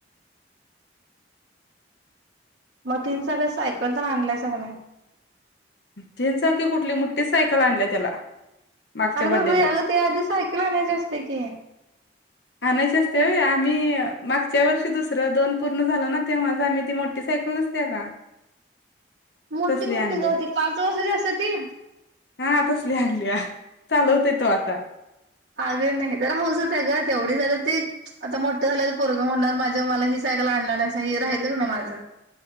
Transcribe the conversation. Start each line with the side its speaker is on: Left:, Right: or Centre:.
Right: मग तीन सगळ सायकल पण आणलायसा नी
Left: तीन चाकी कुठली, मोठीच सायकल आणल्याय त्याला. मागच्या
Right: अरे
Left: बड्डेलाच.
Right: बाबा, याला ती आधी सायकल आणायची असते की.
Left: आणायची असत्या व्हय आम्ही मागच्या वर्षी दुसरं दोन पूर्ण झाल ना तेव्हाच आम्ही ती मोठी सा कल नसत्या का?
Right: मोठी
Left: तसली
Right: मोठी
Left: आणल्या
Right: ग ती पाच वर्षाची असत्या ती
Left: हा तसली आणल्या. चालवतोय तो आता
Right: अग नाही जरा हौस हुत्या ग तेवढीच आता ती आता मोठं झाल्याल पोरगं म्हणणार माझ्या मला ही सायकल आणला नाहीस हि राहिल कणी माझं.